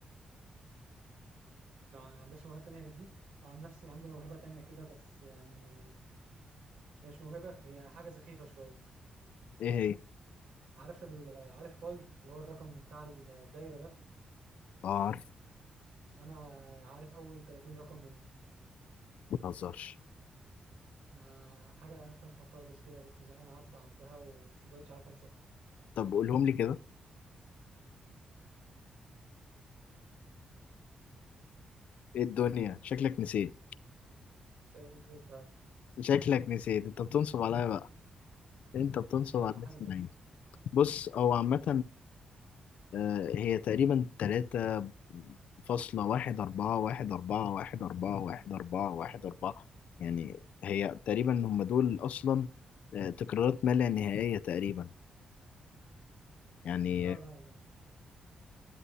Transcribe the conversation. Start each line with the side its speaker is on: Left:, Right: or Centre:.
Right: ما عندكش موهبه تانية غير دي عن نفسي عندي موهبه تانية كده بس يعني هي مش موهبه هي حاجه سخيفه شويه
Left: ايه هي؟
Right: عارف ال... عارف باي اللي هو الرقم بتاع الدايره ده
Left: اه عارف
Right: انا عارف اول 30 رقم منه
Left: ما تهزرش
Right: ما حاجه تافهه خالص كده كنت زهقان قعدت عملتها ومبقتش عارف انساها
Left: طب قولهم لي كده ايه الدنيا شكلك نسيت
Right: شكلي نسيت فعلا
Left: شكلك نسيت انت بتنصب عليا بقى انت بتنصب
Right: يعني
Left: على
Right: حاجه
Left: اسماعيل
Right: زي كده
Left: بص هو عامة آه، هي تقريبا تلاتة فاصلة واحد أربعة واحد أربعة واحد أربعة واحد أربعة واحد أربعة يعني هي تقريبا هم دول أصلا آه، تكرارات ما لا نهائية تقريبا يعني
Right: لا لا لا